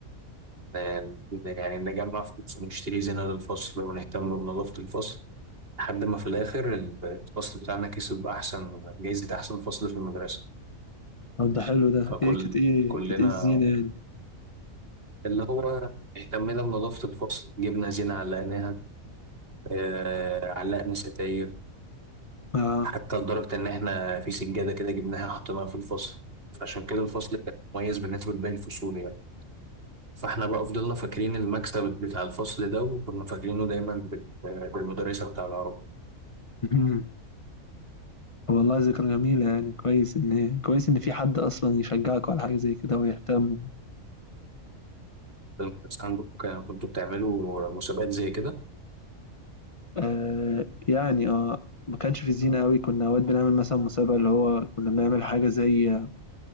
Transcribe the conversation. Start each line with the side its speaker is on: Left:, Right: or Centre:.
Right: آه، يعني نجمع فلوس ونشتري زينه للفصل ونهتم بنظافه الفصل لحد ما في الاخر الفصل بتاعنا كسب احسن جايزه احسن فصل في المدرسه
Left: طب ده حلو ده
Right: فكل
Left: ايه كانت ايه
Right: كلنا
Left: كانت ايه الزينة يعني
Right: اللي هو اهتمينا بنظافة الفصل جبنا زينة علقناها آه علقنا ستاير
Left: اه
Right: حتى لدرجة إن إحنا في سجادة كده جبناها حطيناها في الفصل فعشان كده الفصل كان مميز بالنسبة لباقي الفصول يعني فإحنا بقى فضلنا فاكرين المكسب بتاع الفصل ده وكنا فاكرينه دايما بال- بالمدرسة بتاع العربي
Left: مهم. والله ذكرى جميلة يعني كويس ان كويس ان في حد اصلا يشجعك على حاجة زي كده ويهتم
Right: المدرسة عندكم كان- كنتوا بتعملوا مسابقات زي كده
Left: آه يعني اه ما كانش في زينة قوي كنا اوقات بنعمل مثلا مسابقة اللي هو كنا بنعمل حاجة زي